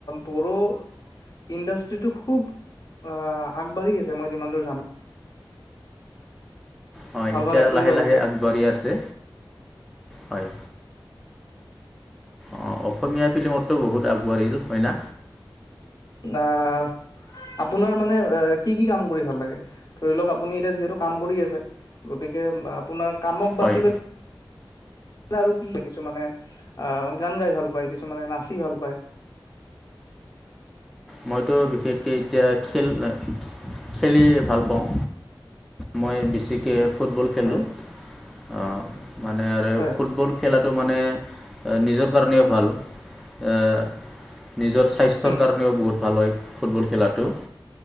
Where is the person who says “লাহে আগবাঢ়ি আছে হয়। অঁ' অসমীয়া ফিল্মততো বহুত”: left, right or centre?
Centre